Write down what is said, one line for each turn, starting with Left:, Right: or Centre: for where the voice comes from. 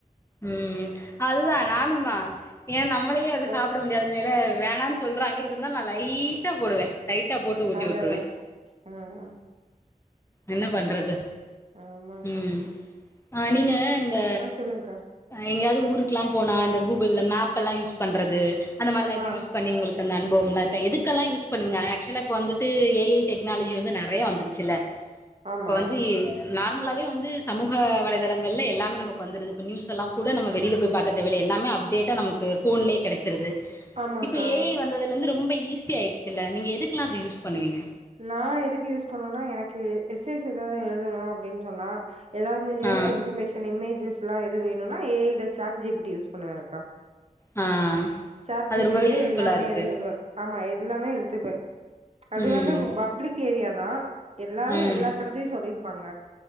Left: ம் அதுதா நானு தா ஏன்னா நம்மளயே அத
Right: ஆ
Left: சாப்ட முடியாதுனலே வேணா சொல்றாங்க இருந்தாலு நா லைட்டா போடுவெ லைட்டா போட்டு ஊட்டி
Right: அதா
Left: உட்ருவ
Right: அதா ஆ ஆ
Left: என்ன
Right: சரி
Left: பண்றது
Right: ஆமாக்கா
Left: ம் ஆ நீங்க இந்த
Right: ஆ சொல்லுங்க்கா
Left: எங்கேயாவது ஊருக்லா போனா இந்த கூகுள்ள மேப்பெல்லா யூஸ் பண்றது அந்த மாரெல்லா எது
Right: ஆ
Left: யூஸ் பண்ணி உங்களுக் அந்த அனுபவம் லா இருக்க எதுக்கெல்லா யூஸ் பண்ணுவீங்க ஆக்சுலா இப்ப வந்துட்டு ஏஐ டெக்னாலஜி வந்து நெறையா வந்துச்சில்ல
Right: ஆமா
Left: இப்ப வந்து நார்மலாவே வந்து சமூக வலைதளங்களே எல்லாமே நமக்கு வந்துடுது இப்போ நியூஸ்லல்லா கூட நம்மவெளில போயி பாக்க தேவல்ல எல்லாமே அப்டேட்டா நமக்கு போன்லே கெடச்சிருது
Right: ஆமாக்கா
Left: இப்ப ஏ ஐ வந்ததுல ந்து ரொம்ப ஈசி ஆயிர்ச்சில்ல நீங்க எதுக்கெல்லா அத யூஸ் பண்ணுவீங்க
Right: நா எதுக்கு யூஸ் பண்ணுவனா எனக்கு எஸ் எஸ் ஏதாவது எழுதணு அப்டின் சொன்னா ஏதாவது நியூஸ்
Left: ஆ
Right: இன்ஃபர்மேஷன் இமேஜஸ் எல்லா எது வேணும்னா ஏஐ ட chat G B T use பண்ணுவங் கா
Left: ஆ
Right: சேட்
Left: அது
Right: ஜி பி
Left: ரொம்பவே
Right: டி ல
Left: யூஸ்ஃபுல்லா
Right: எல்லாமே
Left: இருக்கு
Right: எடுத்துப்பே ஆமா எல்லாமே எடுத்துப்பே அது
Left: ம்
Right: வந்து இப்போ பப்ளிக் ஏரியா தா எல்லாரு
Left: ம்
Right: எல்லா தளத்தையு சொல்லியிருப்பாங்க